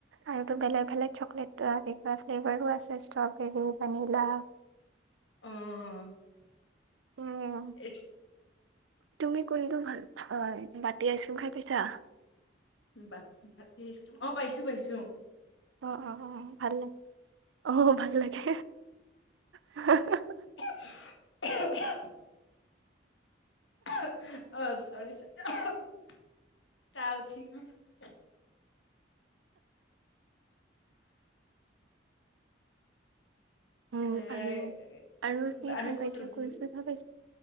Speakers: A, on the right; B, on the left.
A: আৰুতো বেলেগ বেলেগ চকলেট কা ফ্লেভাৰো আছে ষ্ট্ৰবেৰী, ভনিলা,
B: উম অ
A: উম,
B: এইটো
A: তুমি কোনটো ভাল হয়? বাতি আইচক্ৰীম খাই পাইছা?
B: বাতি-বাতি আইচক্ৰীম পাইছো-পাইছো।
A: অ, অ, অ, ভালে আহ, ভাল লাগে। <unintelligible>
B: <unintelligible> <unintelligible> অ, চৰি চ <unintelligible> কাঁহ উঠি গ'ল।
A: উম
B: <unintelligible>
A: আৰু আৰু কি
B: আমি
A: খাই পাইছা
B: ক'ত ৰখিলো
A: কুলফি খাই